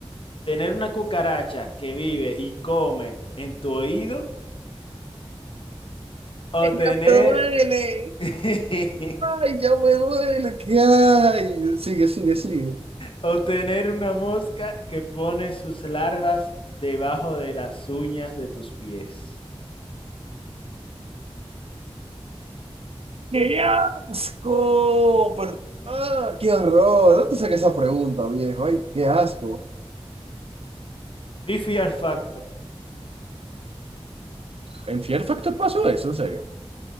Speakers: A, on the left; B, on the right.
A: ¿Tener una cucaracha que vive y come en tu oído o
B: Ay,
A: tener,
B: Ya me duele.
A: <laughs>
B: Ay, ya me duele. ¿Qué hay? Sigue, sigue, sigue.
A: o tener una mosca que pone sus larvas debajo de las uñas de tus pies?
B: ¡Qué asco! Pero, ah, qué horror. No te saques esa pregunta, viejo. Ay, qué asco.
A: Be Fear Factor.
B: ¿En Fear factor pasó eso? ¿En serio?